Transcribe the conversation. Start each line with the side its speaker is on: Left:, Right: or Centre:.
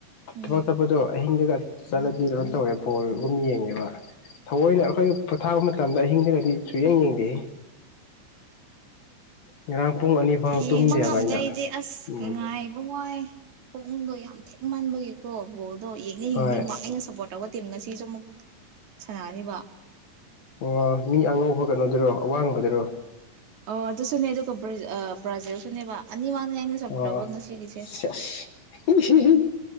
Right: ꯎꯝ
Left: ꯊꯕꯛ ꯆꯠꯄꯗꯣ ꯑꯍꯤꯡꯗꯒ ꯆꯠꯂꯗꯤ ꯀꯩꯅꯣ ꯇꯧꯋꯦ ꯕꯣꯜꯒꯗꯨꯝ ꯌꯦꯡꯉꯦꯕ ꯊꯑꯣꯏꯅ ꯑꯩꯈꯣꯏ ꯄꯣꯊꯥꯕ ꯃꯇꯝꯗ ꯑꯍꯤꯡꯗꯨꯒꯗꯤ ꯁꯨꯌꯦꯡ ꯌꯦꯡꯗꯦꯍꯦ ꯉꯔꯥꯡ ꯄꯨꯡ ꯑꯅꯤ ꯐꯥꯎ ꯇꯨꯝꯗꯦꯕ
Right: ꯌꯦꯡꯕ ꯉꯝꯗꯩꯗꯤ
Left: ꯑꯩꯅ
Right: ꯑꯁ
Left: ꯎꯝ
Right: ꯉꯥꯏꯕ ꯋꯥꯏ ꯄꯛꯗꯣ ꯌꯥꯝ ꯊꯦꯡꯃꯟꯕꯒꯤꯀꯣ ꯕꯣꯜ ꯑꯗꯣ ꯌꯦꯡꯅꯤꯡ ꯌꯦꯡꯅꯤꯡꯕ
Left: ꯍꯣꯏ
Right: ꯑꯩꯅ ꯁꯞꯄꯣꯔꯠ ꯇꯧꯕ ꯇꯤꯝ ꯉꯁꯤꯁꯨ ꯑꯃꯨꯛ ꯁꯥꯟꯅꯅꯤꯕ
Left: ꯑꯣ ꯃꯤ ꯑꯉꯧꯕ ꯀꯩꯅꯣꯗꯨꯔꯣ ꯑꯋꯥꯡꯕꯗꯨꯔꯣ
Right: ꯑꯣ ꯑꯗꯨꯁꯨꯅꯦ ꯑꯗꯨꯒ ꯕ꯭ꯔꯥꯖꯤꯜꯁꯨꯅꯦꯕ ꯅꯦꯃꯥꯔꯅꯦ ꯑꯩꯅ ꯁꯄꯣꯔꯠ
Left: ꯑꯣ
Right: ꯇꯧꯕ ꯉꯥꯁꯤꯒꯤꯁꯦ
Left: ꯁꯦꯁ ꯍꯤ ꯍꯤ ꯍꯤ